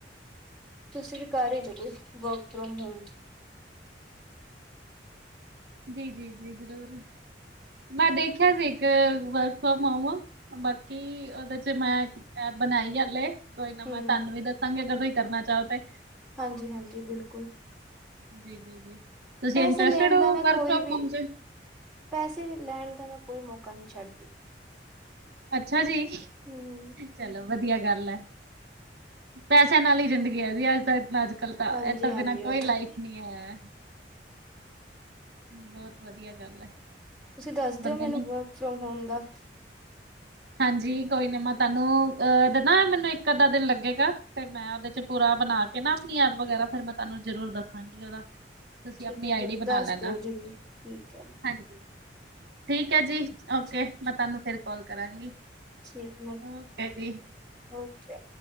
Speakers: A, in the centre; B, on the right.
A: ਤੁਸੀਂ ਵੀ ਕਰ ਈ ਲੋ ਕੋਈ, ਵਰਕ ਫਰੋਮ ਹੋਮ।
B: ਜੀ-ਜੀ-ਜੀ ਜ਼ਰੂਰ, ਮੈਂ ਦੇਖਿਆ ਸੀ। ਵਰਕ ਫਰੋਮ ਹੋਮ, ਬਾਕੀ ਉਹਦੇ ਚ ਮੈਂ ਬਣਾਈ ਐ ਹਲੇ। ਕੋਈ ਨਾ ਮੈਂ
A: ਹੂੰ
B: ਤੁਹਾਨੂੰ ਵੀ ਦੱਸਾਂਗੀ, ਅਗਰ ਤੁਸੀਂ ਕਰਨਾ ਚਾਹੋ ਤੇ।
A: ਹਾਂਜੀ- ਹਾਂਜੀ, ਬਿਲਕੁਲ।
B: ਜੀ- ਜੀ, ਤੁਸੀਂ
A: ਪੈਸੇ
B: ਇਨਟਰਸਟਡ
A: ਲੈਣ
B: ਹੋ।
A: ਦਾ ਮੈਂ
B: ਵਰਕ
A: ਕੋਈ
B: ਫਰੋਮ
A: ਵੀ
B: ਹੋਮ ਚ
A: ਪੈਸੇ ਲੈਣ ਦਾ, ਮੈਂ ਕੋਈ ਮੌਕਾ ਨਹੀਂ ਛੱਡਦੀ।
B: ਅੱਛਾ ਜੀ,
A: ਹੂੰ
B: ਚਲੋ ਵਧੀਆ ਗੱਲ ਐ, ਪੈਸਿਆਂ ਨਾਲ ਹੀ ਜ਼ਿੰਦਗੀ ਹੈ ਜੀ ਅੱਜ ਤੱਕ। ਅੱਜ- ਕੱਲ ਤਾਂ
A: ਹਾਂਜੀ
B: ਇਹ ਤੋ
A: ਹਾਂਜੀ
B: ਬਿਨਾਂ ਕੋਈ
A: ਉਹ
B: ਲਾਈਫ
A: ਤਾਂ ਹੈ
B: ਨਹੀਂ ਹੈ। ਬਹੁਤ ਵਧੀਆ ਗੱਲ ਐ।
A: ਤੁਸੀਂ, ਦੱਸ
B: ਬੰਦੇ
A: ਦਿਓ ਮੈਨੂੰ
B: ਨੇ
A: ਵਰਕ ਫਰੋਮ ਹੋਮ ਦਾ।
B: ਹਾਂਜੀ ਕੋਈ ਨੀ, ਮੈਂ ਤੁਹਾਨੂੰ ਅਹ, ਦਦਾ ਮੈਨੂੰ ਇੱਕ ਅੱਧਾ ਦਿਨ ਲੱਗੇਗਾ, ਤੇ ਮੈਂ ਉਹਦੇ ਚ। ਪੂਰਾ ਬਣਾ ਕੇ ਨਾ, ਆਪਣੀ ਐਪ ਵਗੈਰਾ ਫੇਰ ਮੈਂ ਤੁਹਾਨੂੰ ਜ਼ਰੂਰ ਦੱਸਾਂਗੀ ਉਹਦਾ। ਤੁਸੀਂ
A: ਠੀਕ
B: ਆਪਣੀ
A: ਹੈ,
B: ਆਈ
A: ਦ
B: ਡੀ ਬਣਾ
A: ਦੱਸ
B: ਲੈਣਾ।
A: ਦਿਓ ਜਰੂਰ, ਠੀਕ ਹੈ।
B: ਹਾਂਜੀ ਠੀਕ ਐ ਜੀ ਓਕੇ,
A: ਠੀਕ
B: ਮੈਂ ਤੁਹਾਨੂੰ ਫਿਰ ਕੌਲ ਕਰਾਂਗੀ।
A: ਠੀਕ, ਮੈਮ
B: ਓਕੇ ਜੀ।
A: ਓਕੇ।